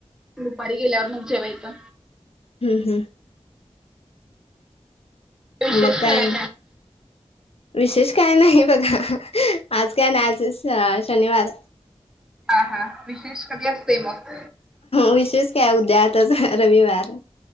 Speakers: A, in the centre; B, on the left.
A: दुपारी गेल्यावर मग जेवायचं.
B: हम् हम्
A: विशेष
B: मग काय?
A: केलाय
B: विशेष काय नाही बघा आज काय नाही आज शनिवार
A: हा हा विशेष कधी असतय मग?
B: विशेष काय उद्या आताच रविवार